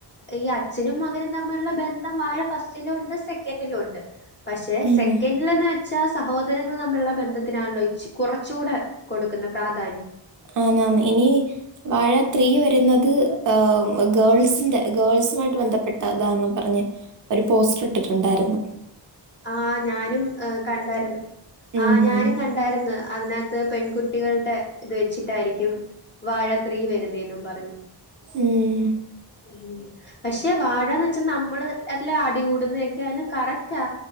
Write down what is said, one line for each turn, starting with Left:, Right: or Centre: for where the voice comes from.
Left: ഈ അച്ഛനും മകനും തമ്മിലുള്ള ബന്ധം വാഴ ഫസ്റ്റിലോ ഉണ്ട് സെക്കൻഡിലോ ഉണ്ട് പക്ഷെ
Right: ഉം,
Left: സെക്കൻഡിലന്ന് വെച്ചാൽ സഹോദര സങ്ങൾ തമ്മിലുള്ള ബന്ധത്തിനാണല്ലോച്ച് കുറച്ചുകൂടെ കൊടുക്കുന്ന പ്രാധാന്യം
Right: ആ ന ഇനി വാഴ ത്രീ വരുന്നത് ഗേൾസിന്റെ ഗേൾസുമായിട്ട് ബന്ധപ്പെട്ടതാ പറഞ്ഞ പോസ് തരുന്നു
Left: ആ ഞാനും കണ്ടായിരുന്നു
Right: ഉം
Left: ആ്
Right: ഹും.
Left: ഞാനും കണ്ടായിരുന്നു അതിനകത്ത് പെൺകുട്ടി കുട്ടികളുടെ ഇത് വെച്ചിട്ടായിരിക്കും വാഴത്രീ വരുന്നതെന്നും പറഞ്ഞു
Right: ഉം.
Left: ഉം പക്ഷെ വാഴന്ന് വെച്ചാ നമ്മള് എല്ലാം അടികൂടുന്നതൊക്കെ ആയാലും കറക്റ്റാ